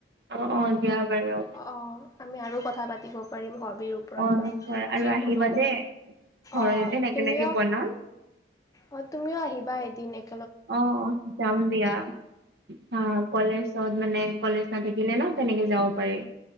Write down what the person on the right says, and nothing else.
অ' অ' দিয়া বাৰু।
অ
নিশ্চয় আৰু
আহিবা দেই ঘৰত
এদিন একেলগে
বনাম
অ অ যাম দিয়া। অ কলেজত মানে কলেজ নাথাকিলে ন তেনেকে যাব পাৰি।